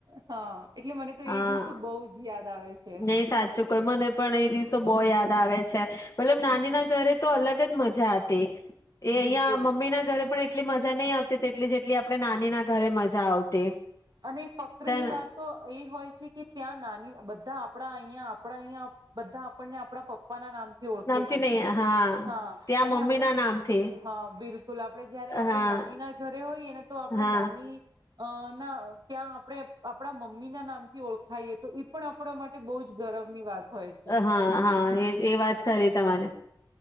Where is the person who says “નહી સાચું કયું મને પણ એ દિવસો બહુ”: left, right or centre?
Left